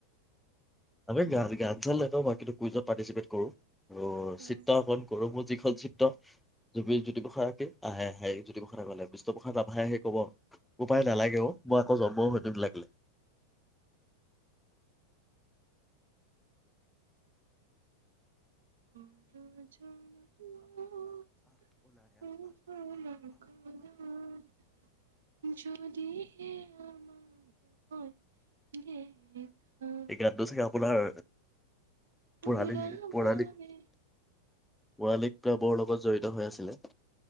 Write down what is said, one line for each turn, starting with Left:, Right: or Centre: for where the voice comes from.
Centre: আমি গা গান চান নাগাও বা কিন্তু কুইজত পাৰ্টিচিপেট কৰোঁ আৰু
Right: উম।
Centre: চিত্ৰঅংকন। কৰোঁ মোৰ যিখন‌ চিত্ৰ জুপি জুটি <unintelligible> আহে আহে জ্যোতিপ্ৰসাদ আগৰৱালা বিষ্ণুপ্ৰসাদ ৰাভাইহে কব। বোপায় নালাগে অ মই আকৌ জন্মও হয়তো লাগিলে।
Right: <unintelligible> পৰ জনমত সুভ লগনত যদি আমাৰ হয় দে <unintelligible>
Centre: এই গানটো চাগে আপোনাৰ
Right: পুৰা
Centre: পৰাণিক পৌৰাণিক
Right: বাৰে
Centre: ৱালিম ক্লাবৰ লগত জড়িত হৈ আছিলে।